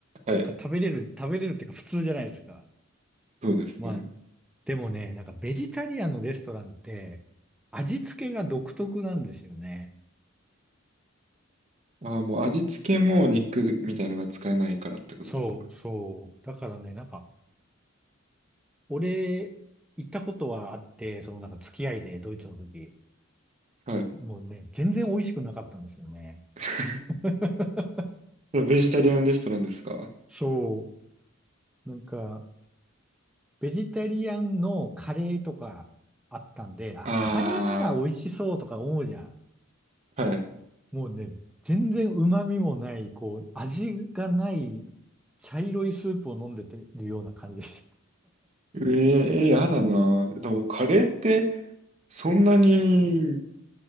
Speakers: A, on the right; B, in the centre.
A: はい、
B: なんか食べれる、食べれるっていうか普通じゃないですか。
A: そうですね。
B: まあ、でもね、なんかベジタリアンのレストランって、味付けが独特なんですよね。
A: ああ、もう味付けも肉みたいのが使えないからってことですかね。
B: そう、そう。だからね、なんか、俺、行ったことはあって、そのなんか付き合いでドイツの時、
A: はい。
B: もうね、全然美味しくなかったんですよね。
A: <laughs>
B: <laughs>
A: ベジタリアンレストランですか
B: そう。なんか、ベジタリアンのカレーとかあったんで、あ、
A: あ
B: カレーなら美味しそうとか思うじゃ
A: あー、はい。
B: ん。もうね、全然旨味もない、こう、味がない茶色いスープを飲んでてるような感じです。
A: ええやだな。でも、カレーって、そんなに